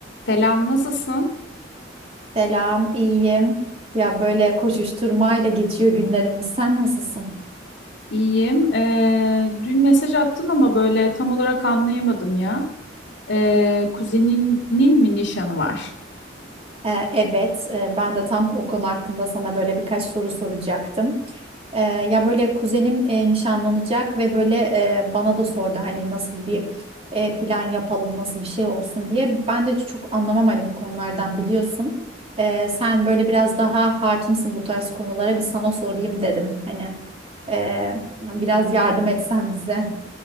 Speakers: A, on the left (about 85°); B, on the right (about 30°).
A: Selam, nasılsın?
B: Selam, iyiyim. Ya böyle koşuşturmayla geçiyor günlerimiz. Sen nasılsın?
A: İyiyim. Ee, dün mesaj attın ama böyle tam olarak anlayamadım ya. Ee, kuzeninin mi nişanı var?
B: Ee, evet, e, ben de tam o konu hakkında sana böyle birkaç soru soracaktım. Ee, ya böyle kuzenim e, nişanlanacak ve böyle e, bana da sordu hani nasıl bir e, plan yapalım, nasıl bir şey olsun diye. Ben de çok anlamam hani bu konulardan biliyorsun. Ee, sen böyle biraz daha hakimsin bu tarz konulara bir sana sorayım dedim hani. Ee, Biraz yardım etsen bize.